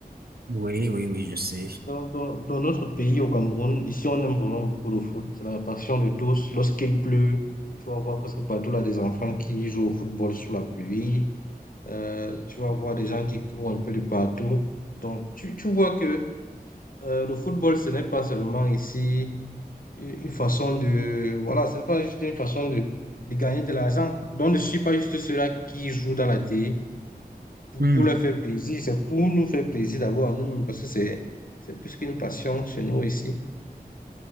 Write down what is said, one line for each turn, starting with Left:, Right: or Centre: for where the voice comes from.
Right: Oui, oui, oui, je sais.
Left: Dans, dans, dans notre pays, au Cameroun, ici, on aime vraiment beaucoup le foot. C'est la passion de tous. Lorsqu'il pleut, tu vas voir presque partout là des enfants qui jouent au football sous la pluie. Euh, tu vas voir des gens qui courent un peu de partout. Donc, tu, tu vois que euh, le football, ce n'est pas seulement ici une façon de, voilà, c'est pas juste une façon de, de gagner de l'argent. Donc, je ne suis pas juste ceux-là qui jouent dans la télé pour,
Right: Hmm,
Left: pour leur faire plaisir. C'est pour nous faire plaisir d'abord à nous, parce que c'est, c'est plus qu'une passion chez nous ici.